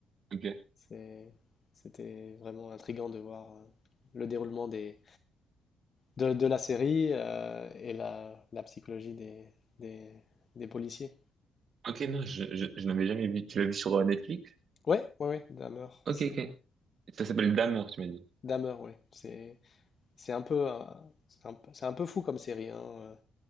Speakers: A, on the right; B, on the left.
A: Ok.
B: c'est- C'était vraiment intriguant de voir euh, le déroulement des, de, de la série euh, et la, la psychologie des, des, des policiers.
A: Ok, non, je, je, je n'avais jamais vu. Tu l'as vu sur euh, Netflix?
B: Ouais, ouais, ouais, Dahmer,
A: Ok,
B: c'est
A: ok. Ça s'appelle D'amour, tu m'as dit.
B: Dahmer, ouais, c'est c'est un peu un- c'est un, c'est un peu fou comme série, hein, euh,